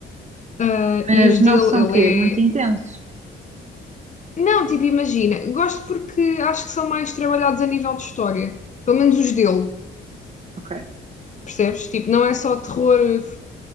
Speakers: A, on the left; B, on the right.
A: Ah,
B: Mas
A: e os
B: não
A: dele,
B: são
A: ele
B: quê? Muito intensos.
A: é. Não, tipo, imagina. Gosto porque acho que são mais trabalhados a nível de história. Pelo menos os dele.
B: Ok.
A: Percebes? Tipo, não é só terror